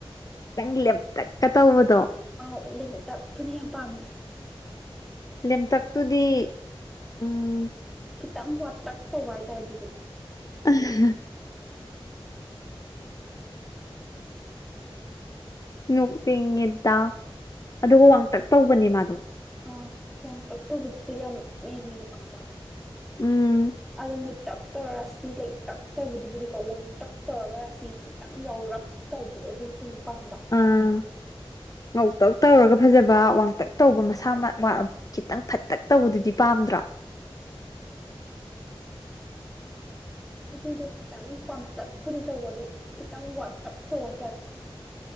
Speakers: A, on the left; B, in the centre.
A: ꯈꯤꯇꯪ ꯂꯦꯝꯇꯛꯀꯥ ꯇꯧꯕꯗꯣ
B: ꯑꯥꯎ ꯂꯦꯝꯇꯞꯇꯨꯅꯤ ꯌꯥꯝ ꯄꯥꯝꯃꯤꯁꯦ
A: ꯂꯦꯝꯇꯛꯇꯨꯗꯤ ꯎꯝ
B: ꯈꯤꯇꯪ ꯋꯥꯇꯛ ꯇꯧꯕ ꯍꯥꯏꯇꯥꯏ ꯑꯗꯨꯁꯨ
A: <unintelligible> ꯅꯣꯛꯅꯤꯡꯉꯦꯗꯥ ꯑꯗꯨꯒ ꯋꯥꯡꯇꯛ ꯇꯧꯕꯅꯦ ꯃꯥꯗꯣ
B: ꯑꯥ ꯋꯥꯡ ꯇꯛ ꯇꯧꯕꯗꯨꯁꯨ ꯌꯥꯝ ꯃꯦꯟ ꯑꯣꯏꯅ ꯄꯥꯝꯕ
A: ꯎꯝ
B: ꯑꯗ ꯃꯨꯠꯇꯞ ꯇꯧꯔꯥꯁꯤ ꯂꯩ ꯇꯛ ꯇꯧꯕꯗꯨꯕꯨꯗꯤꯀꯣ ꯋꯥꯡ ꯇꯛ ꯇꯧꯔꯒꯥꯔꯁꯤ ꯈꯤꯇꯪ ꯌꯥꯎꯔꯞ ꯇꯧꯕꯗꯣ ꯑꯗꯨ ꯁꯨꯝ ꯄꯥꯝꯕ
A: ꯑꯥ ꯉꯧꯇꯛ ꯇꯧꯔꯒ ꯐꯖꯕ ꯋꯥꯡꯇꯛ ꯇꯧꯕ ꯃꯁꯥꯃꯛ ꯋꯥ ꯈꯤꯇꯪ ꯐꯠꯇꯛ ꯇꯧꯕꯗꯨꯗꯤ ꯄꯥꯝꯗ꯭ꯔꯣ
B: ꯑꯗꯨꯗꯣ ꯈꯤꯇꯪ ꯄꯝꯇꯛꯄꯨꯗꯤ ꯇꯧꯕꯗꯣ ꯈꯤꯇꯪ ꯋꯥ ꯇꯞ ꯇꯧ ꯍꯥꯏꯇꯥꯔꯦ